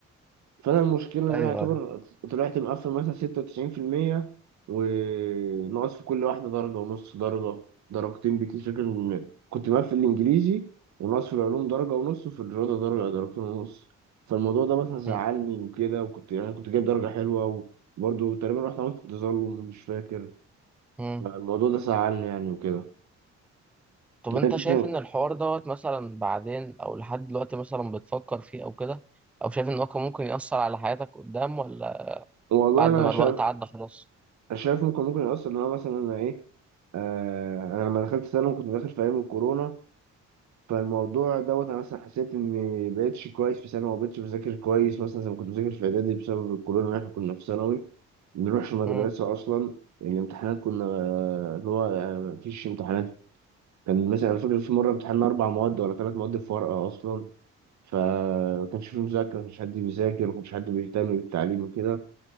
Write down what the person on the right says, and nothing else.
فانا المشكله ان
انا اعتبر
طلعت مقفل مثلا 96% وناقص في كل واحده درجه ونص درجه درجتين بكتير فاكر إن كنت مقفل الانجليزي وناقص في العلوم درجه ونص وفي الرياضه درجه درجتين ونص فالموضوع ده مثلا زعلني
وكده وكنت يعني كنت جايب درجه حلوه وبرضه تقريبا رحت عملت تظلم مش فاكر
فالموضوع ده زعلني يعني وكده
يعني
مثلا
والله
انا
شايف
شايف ممكن ممكن يأثر ان انا مثلا انا ايه آه انا لما دخلت ثانوي كنت داخل في ايام الكورونا فالموضوع دوت انا مثلا حسيت اني بقيتش كويس في ثانوي ما بقتش بذاكر كويس مثلا زي ما كنت بذاكر في اعدادي بسبب الكورونا إن احنا كنا في ثانوي ما بنروحش المدرسه
اصلا الامتحانات كنا آه، اللي هو آه، مفيش امتحانات كان مثلا أنا فاكر في مره امتحنا اربع مواد ولا ثلاث مواد في ورقه اصلا فما كانش في مذاكره ما كانش حد بيذاكر ما كانش حد بيهتم بالتعليم وكده